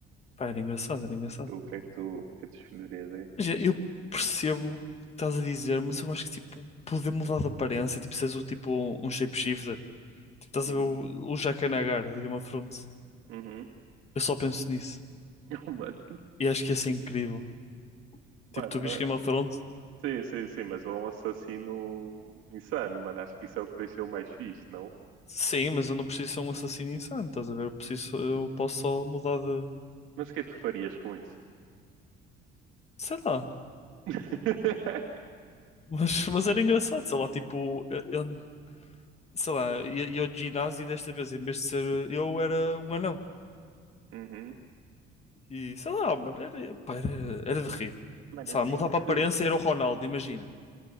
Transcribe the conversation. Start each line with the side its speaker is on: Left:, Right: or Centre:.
Left: Pá, era engraçado, era engraçado.
Right: E tu, o que é que tu, o que é que tu escolherias aí?
Left: Já, Eu percebo o que estás a dizer, mas eu acho que tipo, poder mudar de aparência, tipo, seres o tipo um shapeshifter. Tipo, estás
Right: Uhum.
Left: a ver o, o Jack Nagar de Game of Thrones.
Right: Uhum.
Left: Eu só penso nisso.
Right: <laughs> Oh, mano.
Left: E acho que ia ser incrível. Tipo,
Right: Mano,
Left: tu
Right: mas...
Left: viste Game of Thrones?
Right: Sim, sim, sim, mas um assassino insano, mano. Acho que isso é o que deixou mais fixe, não?
Left: Sim, mas eu não preciso ser um assassino insano, estás a ver? Eu preciso, eu posso só mudar de.
Right: Mas o que é que tu farias com isso?
Left: Sei lá.
Right: <laughs>
Left: Mas, <laughs> mas era engraçado, sei lá, tipo, eu- sei lá, ia ia ao ginásio e desta vez, em vez de ser eu, era um anão.
Right: Uhum.
Left: E sei lá, mano, era, pá, era, era de rir.
Right: Mano,
Left: Sei
Right: eu sinto
Left: lá, mudar para a aparência
Right: que.
Left: era o Ronaldo, imagina.